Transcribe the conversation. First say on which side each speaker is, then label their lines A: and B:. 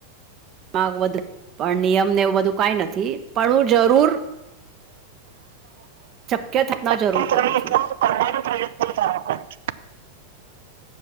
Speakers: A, on the right (about 30°); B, on the right (about 55°).
A: <unintelligible> પણ નિયમ ને એવું બધું કઈ નથી. પણ હું જરૂર <unintelligible> થપના
B: શક્ય
A: જરૂર
B: થોડી
A: કરું છું
B: <inaudible>